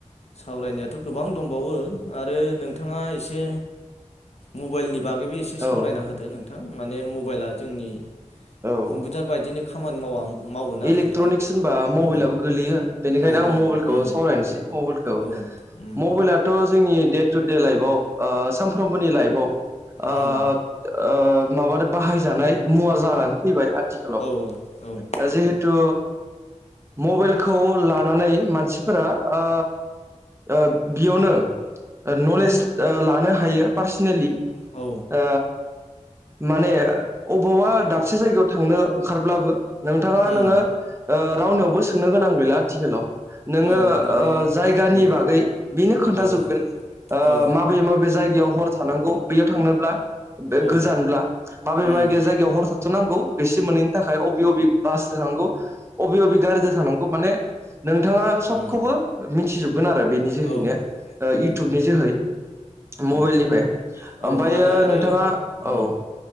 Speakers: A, on the left; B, on the right.
A: सावरायनायाथ गोबां दंबावो। आरो नोंथाङा एसे मबाइलनि बागैबो एसे सावरायना
B: औ
A: होदो नों थां माने मबाइला जोंनि
B: औ
A: कम्पिटार बायदिनो खामानि मावा मावोना
B: इलेक्ट्रनिक्स
A: नोंथां
B: होनबा मबेलाबो
A: औ
B: गोलैयो बेनिखायनो
A: औ
B: आं
A: औ
B: मबाइलखौ
A: उम
B: सावरायनोसै मबेलखौ
A: औ उम
B: मबाइलाथ जोंनि दे टु दे लाइफआव ओ सानफ्रोमबोनि लाइफआव ओ
A: उम
B: ओ माबानो बाहायजानाय मुवा जानानै फैबाय। आथिखालाव
A: औ औ औ
B: जिहेथु मबेइलखौ लानानै मानसिफोरा ओ ओ बियावनो ओ नलेज ओ लानो हायो पार्सनेलि।
A: औ
B: ओ माने अबावबा दाबसे जायगायाव थांनो ओंखारब्लाबो नोंथाङा
A: उम
B: नोङो ओ‌ रावनियावबो सोंनो गोनां गैला आथिखालाव। नोङो
A: औ
B: ओ
A: माने
B: जायगानि
A: उम
B: बागै बेनो खोन्थाजोबगोन।
A: औ
B: ओ
A: औ
B: माबे माबे जायगायाव हर थानांगौ बैयाव थांनोब्ला गो-गोजानब्ला।
A: औ
B: माबे
A: उम
B: माबे जायगायाव हर थाथनांगौ बेसे मोननैनि थाखाय बबे बबे बासजों थानांगौ अबे अबे गारिजों थानांगौ माने नोंथाङा सबखौबो।
A: उम
B: मिथिजोबगोन आरो बेनि जोहैनो
A: औ
B: ओ इयउटुबनि
A: उम
B: जोहै। मबाइलनिफाय
A: औ औ
B: ओमफायो
A: माने आरो
B: नोंथाङा औ।
A: उम